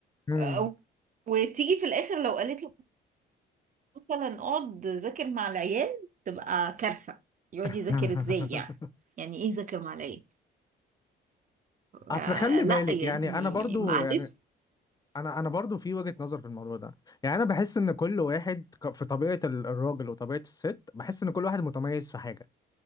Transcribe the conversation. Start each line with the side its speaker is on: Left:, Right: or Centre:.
Left: مم.
Right: آه، وتيجي في الاخر لو قالت له مثلا اقعد ذاكر مع العيال تبقى كارثة يقعد
Left: <laughs>
Right: يذاكر ازاي يعني يعني ايه ذاكر مع العيال
Left: اصل
Right: آه
Left: خلي
Right: لا
Left: بالك
Right: يعني
Left: يعني انا برضو
Right: معلش
Left: يعني انا انا برضو في وجهة نظر في الموضوع ده يعني انا بحس ان كل واحد ك- في طبيعة ال- الراجل وطبيعة الست بحس ان كل واحد متميز في حاجة